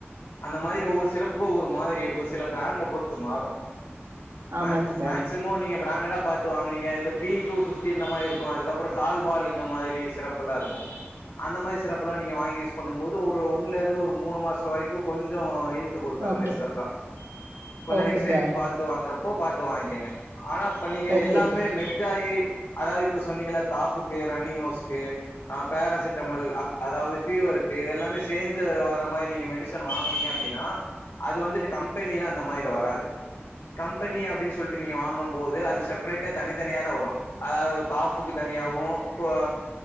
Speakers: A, on the left; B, on the right.
A: அந்த மாரி ஒவ்வொரு சிரப்புக்கு ஒரு மாரி இருக்கு சில ப்ராண்ட பொருத்து மாரு
B: ஆமாங்க
A: மேக்ஸ்
B: சார்.
A: மேக்சிமோ நீங்க ப்ராண்டடா பாத் த்து வாங்குனீங்க இந்த பி டூ பிப்டி இந்த மாரி இருக்கு அதுக்கப்பறோ கால்ஃபால் இந்த மாரி சிரப் எல்லா இருக்கு அந்த மாரி சிரப்பெல்லா நீங்க வாங்கி யூஸ் பண்ணும் போது ஒரு ஒண்ணுல இருந்து ஒரு மூணு மாசோ வரைக்கு கொஞ்சோ இல் டுத்து குடுக்கு அந்த
B: ஓகே.
A: மாரி சிரப்லா கொஞ்சோ
B: ஓகே
A: நெக்ஸ்ட்
B: சார்.
A: டைம் பாத்து வாங்குறப்போ பாத்து வாங்கிக்கெங்க ஆனா இப்ப நீங்க
B: ஓகே.
A: எல்லாமே மெர்ஜாயி அதாவது இப்ப சொன்னீங்கல்ல காஃப்புக்கு ரன்னிங் நோஸ்க்கு ஆ பேராசிட்டமல் அதாவது ஃபீவர்ருக்கு இதெல்லாமே சேந்து வர மாரி நீங்க மெடிசன் வாங்குனீங்க அப்டின்னா அது வந்துட்டு கம்பெனிலா அந்த மாதிரி வராது கம்பெனி அப்டின்னு சொல்ட்டு நீங்க வாங்கும்போது அது செப்ரேட்டா தனித்தனியா தா வரு அதாவது காஃப்புக்கு தனியாவு இப்போ